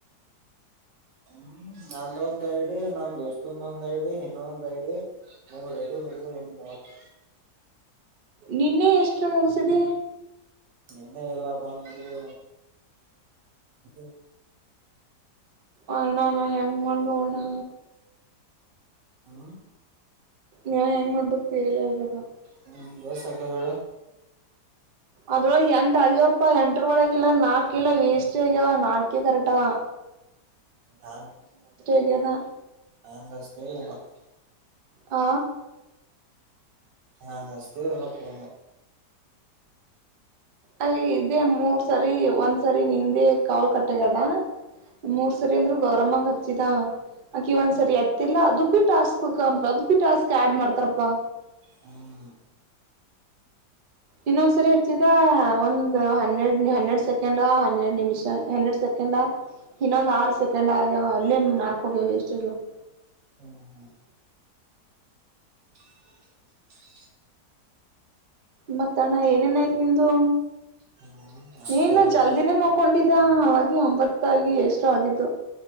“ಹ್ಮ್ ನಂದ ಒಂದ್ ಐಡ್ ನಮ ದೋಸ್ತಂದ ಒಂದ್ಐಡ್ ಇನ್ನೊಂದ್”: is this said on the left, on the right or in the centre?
Right